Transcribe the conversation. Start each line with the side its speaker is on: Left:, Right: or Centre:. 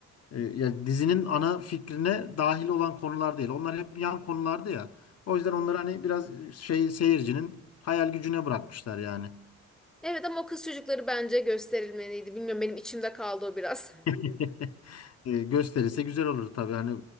Left: e, ya dizinin ana fikrine dahil olan konular değil. Onlar hep yan konulardı ya. O yüzden onları hani biraz şey seyircinin hayal gücüne bırakmışlar yani.
Centre: Evet ama o kız çocukları bence gösterilmeliydi. Bilmiyorum benim içimde kaldı o biraz.
Left: <laughs> E, gösterilse güzel olur tabii. Hani